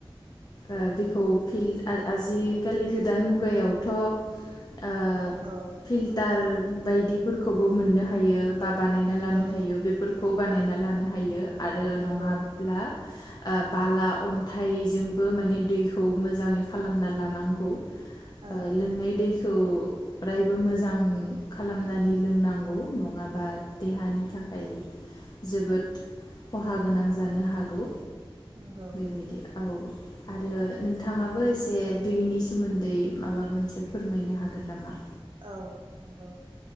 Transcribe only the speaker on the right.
औ
नंगौ
नंगौ
औ
नंगौ
औ
औ नोंगौ